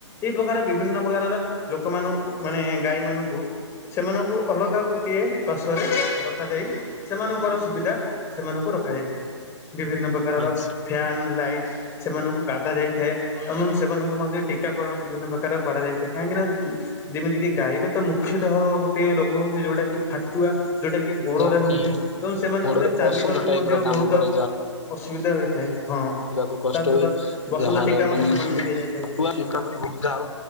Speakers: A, on the left (about 15°); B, on the left (about 80°).
A: ଏଇ ପ୍ରକାର ବିଭିନ୍ନ ପ୍ରକାରର ଲୋକମାନଙ୍କୁ ମାନେ ଗାଈମାନଙ୍କୁ ସେମାନଙ୍କୁ ଅଲଗା ଗୋଟିଏ ପାଶ୍ୱରେ ରଖାଯାଇ ସେମାନଙ୍କର ସୁବିଧା ସେମାନଙ୍କୁ ରଖାଯାଇଥାଏ। ବିଭିନ୍ନ ପ୍ରକାରର
B: ଆଚ୍ଛା
A: ଫ୍ୟାନ ଲାଇଟ୍ ସେମାନଙ୍କୁ ଗାଧା ଯାଇଥାଏ ଏବଂ ସେମାନଙ୍କୁ ମଧ୍ୟ ଟୀକା କରଣ ବିଭିନ୍ନ ପ୍ରକାର କରାଯାଇଥାଏ କାହିଁକିନା ଯେମିତି କିି ଗାଈର ତ ମୁଖ୍ୟତଃ ଗୋଟେ ରୋଗ ହଉଛି ଯୋଉଟା କି ଫାଟୁଆ ଯୋଉଟା କି ଗୋଡ଼ରେ
B: ଯାହାକି
A: ହୋଉଥାଏ ଏବଂ ସେମାନେ
B: ଗୋଡରେ
A: ମଧ୍ୟ ଚାଲିବାକୁ
B: ବସନ୍ତ ଟାଇପ
A: ମଧ୍ୟ
B: ର କାମ
A: ବହୁତ
B: କରେ
A: ଅସୁବିଧା ହୋଇଥାଏ। ହଁ।
B: ଯିବାକୁ କଷ୍ଟ
A: ତା ସହିତ
B: ହୁଏ
A: ବସନ୍ତ
B: ଯାହାର
A: ଟୀକା ମଧ୍ୟ
B: ମାନେ
A: ସେମାନଙ୍କୁ
B: <unintelligible>
A: ଦିଆଯାଇଥାଏ
B: ମୃତୁବରଣ